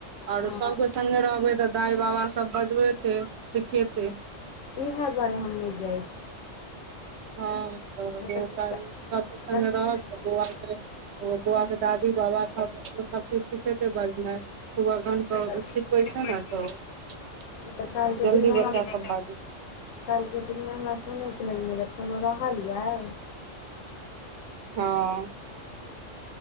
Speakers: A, on the right (about 65°); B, on the left (about 90°).
A: आओरो
B: हँ
A: सभके सङ्गे रहबै तऽ दाई बाबा सभ बजबेतै सिखेतै।
B: इएहे दुआरे हम नहि जाई छी।
A: हँ तऽ सबके
B: नहि तऽ
A: संगे
B: नहि
A: रहब त बौआके ओ बौआके दादी बाबा सब सब चीज सिखेतै बजनाइ। सुबगान
B: नहि
A: त सिखबैं छैय
B: तऽ
A: ने तऽ
B: नहि काल्हिके
A: जल्दी
B: दिनमे हमरा
A: बच्चा सब बाजत।
B: काल्हिके दिनमे हमरा सुनैके लेल मिलत कोनो रहलयइ।
A: हँ